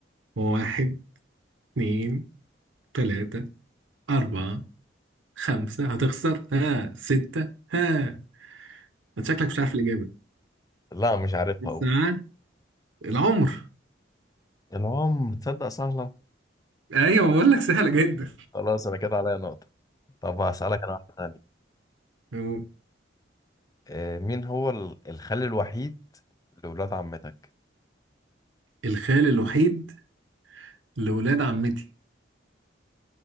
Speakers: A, on the right; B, on the left.
A: واحد اتنين تلاتة أربعة خمسة هتخسر ها ستة ها انت شكلك مش عارف الإجابة
B: لا مش عارفها
A: الساعة
B: أقول
A: العمر
B: العمر تصدق سهلة
A: ايوه بقول لك سهله جدا
B: خلاص أنا كده عليا نقطة طب هسألك أنا واحدة تانية
A: <laughs>
B: آه، مين هو ال- الخال الوحيد لولاد عمتك؟
A: الخال الوحيد لولاد عمتي